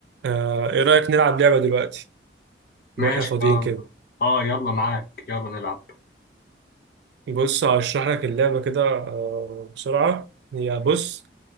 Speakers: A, on the right; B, on the left.
A: آه، ايه رأيك نلعب لعبة دلوقتي
B: ماشي
A: واحنا فاضيين
B: اه
A: كده
B: اه يلا معاك يلا نلعب
A: بص هشرح لك اللعبة كده آه، بسرعة هي بص